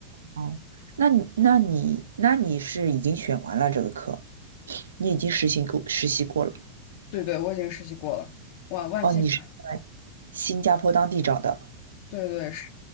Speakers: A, on the right; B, on the left.
A: 哦，那你那你那你是已经选完了这个课，你已经实行过实习过了。
B: 对对，我已经实习过了，哇，万幸啊
A: 哦，你是在新加坡当地找的。
B: 对对是，